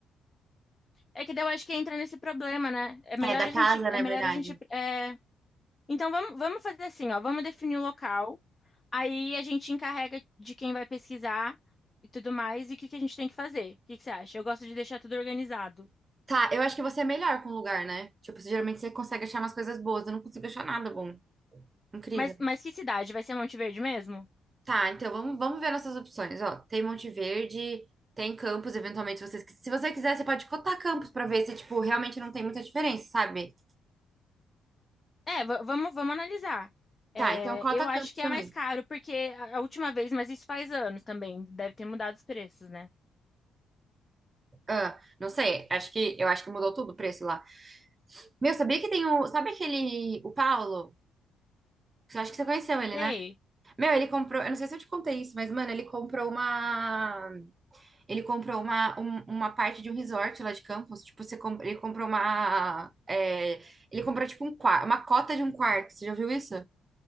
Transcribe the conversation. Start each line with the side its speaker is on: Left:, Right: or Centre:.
Left: É que daí eu acho que entra nesse problema, né? É melhor
Right: É, da
Left: a gente,
Right: casa,
Left: é
Right: na
Left: melhor
Right: verdade.
Left: a gente, é... Então vamos, vamos fazer assim, ó, vamos definir o local. Aí a gente encarrega de quem vai pesquisar e tudo mais, e o que que a gente tem que fazer? O que que você acha? Eu gosto de deixar tudo organizado.
Right: Tá, eu acho que você é melhor com o lugar, né? Tipo, você- geralmente você consegue achar umas coisas boas. Eu não consigo achar nada bom. Incrível.
Left: Mas, mas que cidade? Vai ser Monte Verde mesmo?
Right: Tá, então vamos, vamos ver nossas opções. Ó, tem Monte Verde, tem Campos, eventualmente, se você, se você quiser, você pode cotar Campos pra ver se, tipo, realmente não tem muita diferença, sabe?
Left: É, va- vamos, vamos analisar. É,
Right: Tá, então cota
Left: eu
Right: Campos
Left: acho que
Right: também.
Left: é mais caro, porque a, a última vez, mas isso faz anos também, deve ter mudado os preços, né?
Right: Ah, não sei, acho que eu acho que mudou tudo o preço lá. Meu, sabia que tem o. Sabe aquele. O Paulo? Você acha que você conheceu ele,
Left: Sei,
Right: né? Meu, ele comprou, eu não sei se eu te contei isso, mas, mano, ele comprou uma. Ele comprou uma, um- uma parte de um resort lá de Campos. Tipo, você comp... ele comprou uma. é, Ele comprou, tipo, um quarto, uma cota de um quarto. Você já viu isso?